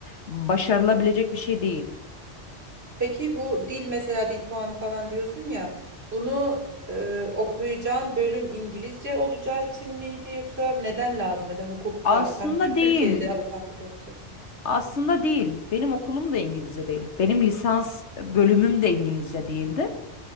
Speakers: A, on the left; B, on the right.
A: başarılabilecek bir şey değil.
B: Peki bu dil mesela dil puanı falan diyorsun ya bunu e, okuyacağım bölüm İngilizce olacağı için miydi yoksa neden lazım? Mesela hukukta
A: Aslında
B: tam sen Türkiye'de
A: değil.
B: avukatlık yapacaksın.
A: Aslında değil. Benim okulum da İngilizce değil. Benim lisans bölümüm de İngilizce değildi.